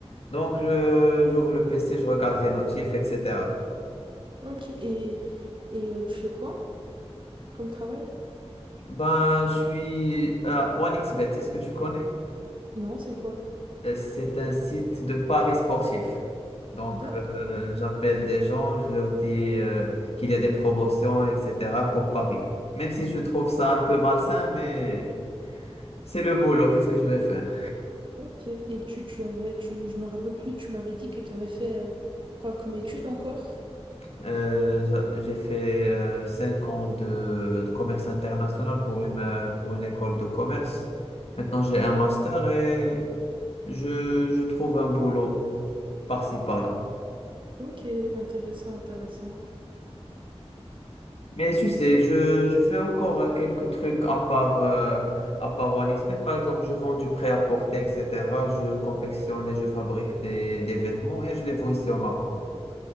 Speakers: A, on the left; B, on the right.
A: Donc, je- j'ouvre le PC, je regarde les notifs, etc.
B: Ok. Et, et euh, tu fais quoi comme travail?
A: Ben, je suis à OneXBet, est-ce que tu connais?
B: Non, c'est quoi?
A: Euh, C'est un site de paris sportifs. Donc,
B: D'accord.
A: euh, j'appelle des gens, je leur dis euh, qu'il y a des promotions, etc. pour Paris. Même si je trouve ça un peu malsain, mais c'est le boulot, qu'est-ce que je vais faire?
B: Ok. Et tu, tu avais. Tu, je me rappelle plus, tu m'avais dit que tu avais fait euh, quoi comme étude encore?
A: Euh, j'a- j'ai fait euh, cinq ans de, de commerce international pour une, euh, pour une école de commerce. Maintenant, j'ai un master et je, je trouve un boulot par-ci, par-là.
B: Ok, intéressant, intéressant.
A: Mais tu sais, je, je fais encore euh, quelques trucs à part, euh, à part OneXpert. Par exemple, je vends du prêt-à-porter, etc. Je confectionne et je fabrique des, des vêtements et je les vends ici au Maroc.